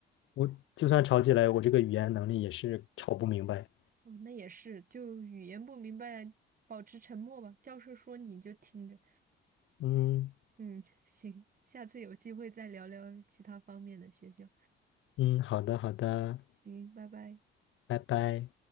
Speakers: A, on the left; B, on the right.
A: 我就算吵起来，我这个语言能力也是吵不明白。
B: 哦，那也是，就语言不明白，保持沉默吧。教授说你就听着。
A: 嗯
B: 嗯，行，下次有机会再聊聊其他方面的学校。
A: 嗯，好的好的，
B: 行，拜拜。
A: 拜拜。